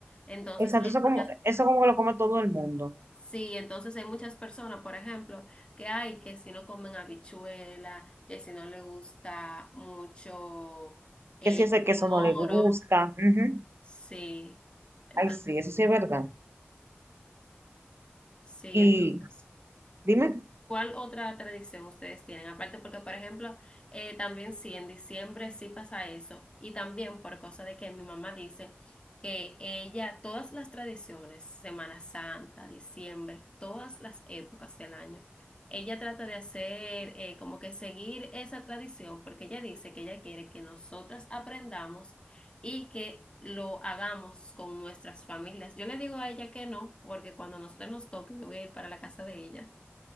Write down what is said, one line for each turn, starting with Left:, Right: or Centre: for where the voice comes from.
Left: Entonces
Right: Exacto,
Left: hay
Right: eso
Left: muchas
Right: como, eso como que lo come todo el mundo.
Left: Sí, entonces hay muchas personas, por ejemplo, que hay que si no comen habichuela, que si no le gusta mucho eh,
Right: Que si ese
Left: un
Right: queso no
Left: moro,
Right: le gusta. ujú.
Left: sí, entonces,
Right: Ay, sí, eso sí es verdad.
Left: sí,
Right: Y
Left: entonces.
Right: dime,
Left: ¿Cuál otra tradición ustedes tienen? Aparte, porque, por ejemplo, eh, también sí, en diciembre sí pasa eso. Y también por cosa de que mi mamá dice que ella, todas las tradiciones, Semana Santa, diciembre, todas las épocas del año, ella trata de hacer eh, como que seguir esa tradición, porque ella dice que ella quiere que nosotras aprendamos y que lo hagamos con nuestras familias. Yo le digo a ella que no, porque cuando nosotros nos toque, yo voy a ir para la casa de ella.